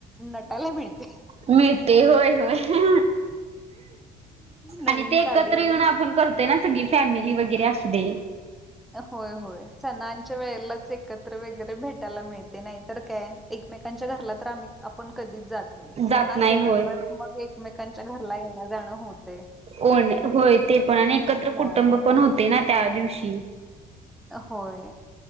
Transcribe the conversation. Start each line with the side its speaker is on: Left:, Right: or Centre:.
Centre: नटायला मिळते.
Right: मिळतय होय होय.
Centre: नवीन
Right: आणि ते एकत्र
Centre: साडी
Right: येऊन आपण करतोय ना सगळी फॅमिली वगैरे अस ते
Centre: होय होय सणांच्या वेळेलाच एकत्र वगैरे भेटायला मिळते नाही तर काय एकमेकांच्या घरला तर आम्ही आपण कधीच जात सण
Right: जात
Centre: असेल
Right: नाही होय
Centre: तरच मग एकमेकांच्या घरला येणं जाणं होत
Right: हो होय ते पण आणि एकत्र
Centre: हां
Right: कुटुंब पण होते ना त्या दिवशी
Centre: होय